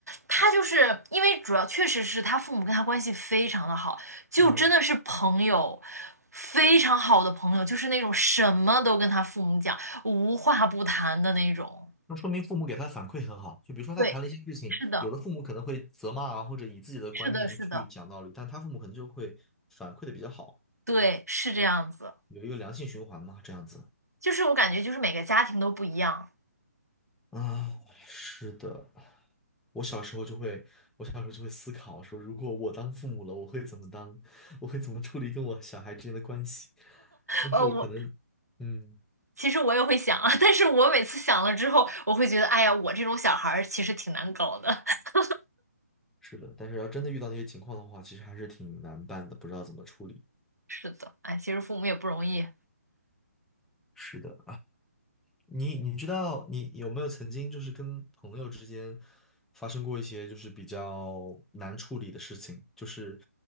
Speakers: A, on the right (about 85°); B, in the centre.
A: 他就是因为主要确实是他父母跟他关系非常的好，就真的是朋友，
B: 嗯，
A: 非常好的朋友，就是那种什么都跟他父母讲，无话不谈的那种。
B: 那说明父母给他反馈很好。就比如说他谈了一些事情，
A: 对，是的，
B: 有的父母可能会责骂啊，或者以自己的观念去讲道理，
A: 是的，是的，
B: 但他父母可能就会反馈的比较好，
A: 对，是这样子。
B: 有一个良性循环嘛，这样子。
A: 就是我感觉就是每个家庭都不一样。
B: 啊，是的，我小时候就会，我小时候就会思考说，如果我当父母了，我会怎么当，我会怎么处理跟我小孩之间的关系。但是可能，
A: 呃，我
B: 嗯，
A: 其实我也会想啊，但是我每次想了之后，我会觉得，哎呀，我这种小孩儿其实挺难搞的。<laughs>
B: 是的，但是要真的遇到那些情况的话，其实还是挺难办的，不知道怎么处理。
A: 是的，哎，其实父母也不容易。
B: 是的，你你知道你有没有曾经就是跟朋友之间发生过一些就是比较难处理的事情，就是